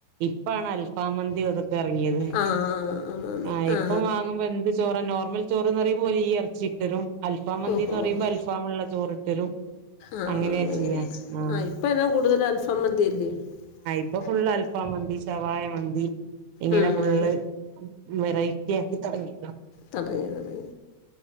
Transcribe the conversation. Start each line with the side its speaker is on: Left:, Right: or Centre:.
Right: ഇപ്പാണ് അൽഫം മന്തി. ഇപ്പ ഇറങ്ങിയത്
Left: ആ ആന്ന്
Right: ആഹ് ഇപ്പം
Left: ആന്ന് ആ
Right: വാങ്ങുമ്പോ എന്ത് ചോറ നോർമൽ ചോറ്ന്ന് പറയുമ്പോ ഒരു വലിയ ഇറച്ചി ഇട്ടരും അൽഫം മന്തിന്ന്
Left: ഓഹോ
Right: പറയുമ്പോ അൽഫാമുള്ള ചോറി ഇട്ടരും
Left: ആഹ്
Right: അങ്ങനെയാ
Left: അങ്ങനെയാണ്
Right: ചെയ്യാ ആഹ്
Left: ഇപ്പം എല്ലാം കൂടുതൽ <unintelligible>
Right: ഇപ്പ ഫുൾ അൽ ആൽഫം മന്തി ഷവായ മന്തി ഇങ്ങനെ
Left: ഉം
Right: ഫുള്ള്
Left: ഉം
Right: വെറൈ <unintelligible>
Left: തടകി തടകി